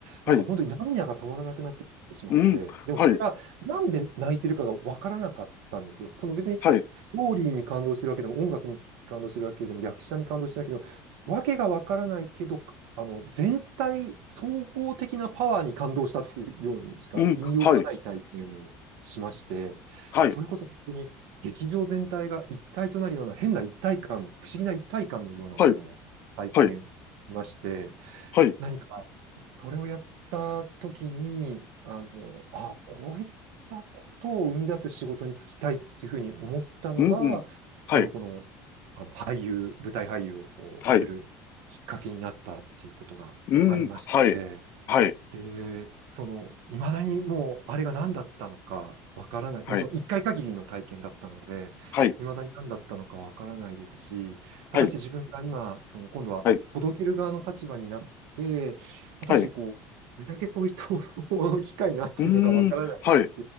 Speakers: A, on the left; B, on the right.
A: はい、
B: なんか本当に涙が止まらなくなってしまって、
A: うん、
B: でもそれがなんで泣いてるかがわからなかったんです。
A: はい、
B: その別にストーリーに感動してるわけでも、
A: はい、
B: 音楽に感動してるわけでも、役者に感動してるわけでも、わけがわからないけど、あの、全体、総合的なパワーに感動したっていうようにしか言いようがない体験をしまして、
A: うん、はい、はい、
B: それこそ本当に劇場全体が一体となるような変な一体感、不思議な一体感のようなものを体験しまして、
A: はい、はい、はい、
B: 何かそれをやった時に、あの、あ、こういったことを生み出す仕事に就きたいっていうふうに思ったのが、
A: うん、うん、はい、
B: そのこの、あの俳優、舞台俳優をこうするきっかけになったっていうことがありまして、
A: はい、うん、はい、はい、
B: で、その、いまだにもう、あれが何だったのかわからない。
A: はい、
B: もうその一回限りの体験だったので、
A: はい、
B: いまだに何だったのかわからないですし、果たして自分が今、
A: はい、
B: その、今度は届ける側の立場になって、
A: はい、
B: 果たしてこう、
A: はい、
B: どれだけそういったものを機会になっているのかわからないですし、
A: うん、はい、